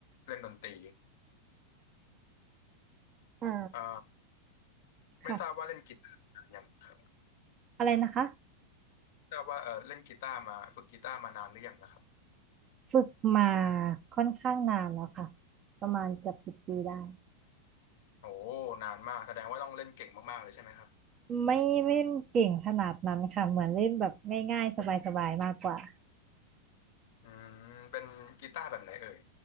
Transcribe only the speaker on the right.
อ่า
ค่ะอะไรนะคะ
ฝึกมาค่อนข้างนานแล้วค่ะประมาณเกือบสิบปีได้
ไม่เล่นเก่งขนาดนั้นค่ะเหมือนเล่นแบบง่ายๆสบายๆมากกว่า